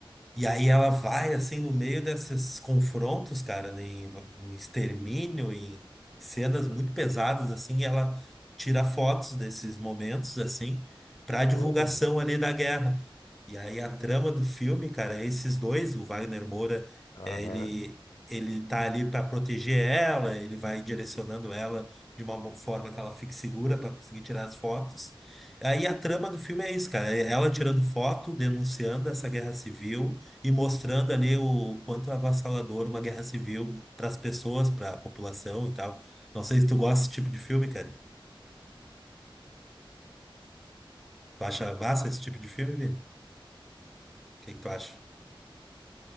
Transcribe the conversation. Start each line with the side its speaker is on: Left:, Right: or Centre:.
Centre: E aí ela vai, assim, no meio desses confrontos, cara, em, em extermínio, em cenas muito pesadas, assim, e ela tira fotos desses momentos, assim, pra
Left: que doido,
Centre: divulgação
Left: mano.
Centre: ali da guerra. E aí a trama do filme, cara, é esses dois, o Wagner Moura,
Left: Aham.
Centre: é, ele, ele tá ali pra proteger ela, ele vai direcionando ela de uma forma que ela fique segura pra conseguir tirar as fotos. Aí a trama do filme é isso, cara, é ela tirando foto, denunciando essa guerra civil e mostrando ali o quanto é avassalador uma guerra civil para as pessoas, para a população e tal. Não sei se tu gosta desse tipo de filme, cara. Tu acha massa esse tipo de filme, Vini? O que que tu acha?